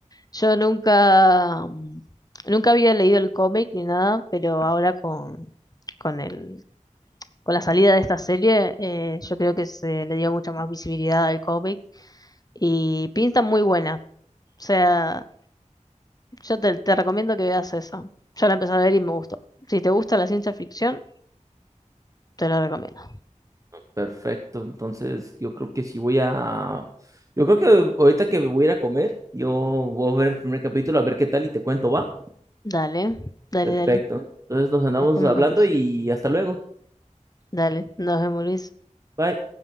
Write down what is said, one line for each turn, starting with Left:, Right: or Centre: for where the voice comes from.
Left: Yo nunca, mm, nunca había leído el cómic ni nada, pero ahora con, con el, con la salida de esta serie, eh, yo creo que se le dio mucha más visibilidad al cómic y pinta muy buena. O sea, yo te, te recomiendo que veas esa. Yo la empecé a ver y me gustó. Si te gusta la ciencia ficción, te la recomiendo.
Right: Perfecto. Entonces, yo creo que sí voy a. Yo creo que ahorita que me voy a ir a comer, yo voy a ver el primer capítulo, a ver qué tal y te cuento, ¿va?
Left: Dale, dale,
Right: Perfecto.
Left: dale.
Right: Entonces nos andamos
Left: Después
Right: hablando
Left: me contás.
Right: y hasta luego.
Left: Dale, nos vemos, Luis.
Right: Bye.